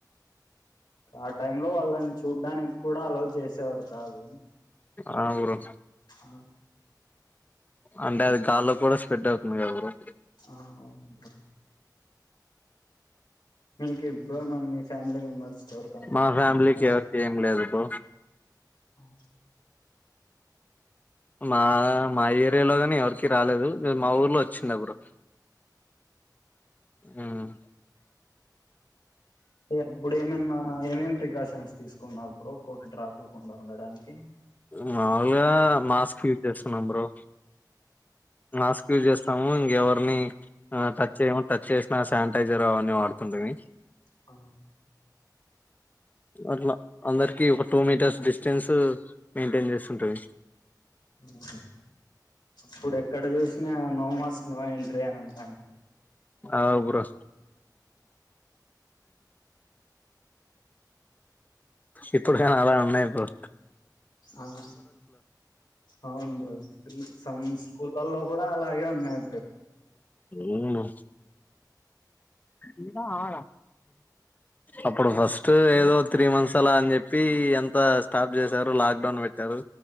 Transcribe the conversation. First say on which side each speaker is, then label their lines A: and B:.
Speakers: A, on the left; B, on the left.
A: ఆ టైం లో వాళ్ళని చూడ్డానికి కూడా అలో చేస్ చేవర్ కాదు
B: ఆ బ్రో
A: అ
B: అంటే అది గాల్లో కూడా స్ప్రెడ్ అవుతుంది గద బ్రో
A: ఆ అవునుంట మీకి బ్రో మ మీ ఫ్యామిలీ మెంబర్స్ కి ఎవరికి కన్నా
B: మా
A: వచ్చిందా
B: ఫ్యామిలీకి
A: అలా
B: ఎవరికి ఏం లేదు బ్రో
A: అ
B: మా మా ఏరియాలోగాని ఎవరికి రాలేదు మా ఊర్లో వచ్చిందప్పుడు మ్మ్
A: అప్పుడు ఏమైన్నా ఏమేం ప్రికాషన్స్ తీసుకున్నారు బ్రో కోవిడ్ రాకోకుండా ఉండడానికి
B: మాములుగా మాస్క్ యూజ్ చేస్తున్నాం బ్రో మాస్క్ యూజ్ చేస్తాము ఇ ఎవరిని టచ్ ఆ చేయము టచ్ చేసినా శానిటైజర్ అవన్నీ వాడుతుంటిమి
A: అ
B: అట్లా అందరికి ఒక టూ మీటర్స్ డిస్టెన్స్ మెయింటెన్ చేస్తుంటిమి
A: హూ ఇప్పుడు ఎక్కడ చూసినా నో మాస్క్ నో ఎంట్రీ అని ఉంటాండే
B: ఆవు బ్రో ఇప్పుడు కైన అలా ఉన్నాయి బ్రో
A: ఆహ అవును బ్రో సం స్కూల్లలో కూడా అలా గే ఉన్నాయ్
B: అవును ఇంకా ఆాడ అప్పుడు ఫస్ట్ ఏదో త్రీ మంత్స్ అలా అని చెప్పి ఎంత స్టాప్ చేశారు లాక్డౌన్ పెట్టారు